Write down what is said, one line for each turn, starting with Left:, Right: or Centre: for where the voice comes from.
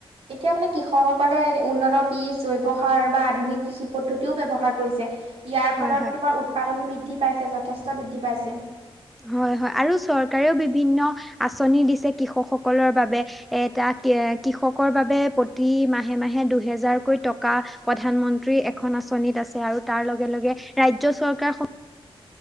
Right: এতিয়া মানে কৃষকসকলে উন্নত বীজ জৈৱ সাৰ বা আধুনিক কৃষি পদ্ধতিও ব্যৱহাৰ কৰিছে। ইয়াৰ
Centre: হয়,
Right: ফলত
Centre: হয়
Right: তোমাৰ উৎপাদন বৃদ্ধি পাইছে, যথেষ্ট বৃদ্ধি পাইছে।
Centre: হয়, হয় আৰু চৰকাৰেও বিভিন্ন আঁচনি দিছে কৃষকসকলৰ বাবে এটা কে কৃষকৰ বাবে প্ৰতি মাহে, মাহে দুহেজাৰকৈ ট কা, প্ৰধানমন্ত্ৰী এখন আঁচনিত আছে আৰু তাৰ লগে- লগে ৰাজ্য চৰকাৰ খ